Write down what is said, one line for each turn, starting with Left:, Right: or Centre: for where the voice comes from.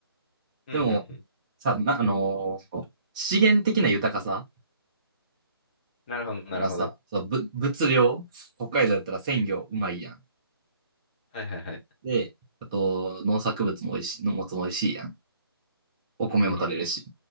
Left: にうん、
Right: でも、
Left: うん、うん。
Right: さ、な、あのー資源的な豊かさ
Left: なるほど、
Right: だからさ、
Left: なるほど。
Right: そう、ぶ、物量、北海道だったら鮮魚うまいやん。
Left: はいはいはい。
Right: で、あと、農作物も美味しい、農物も美味しいやん。お米も取れるし。
Left: うん、うん、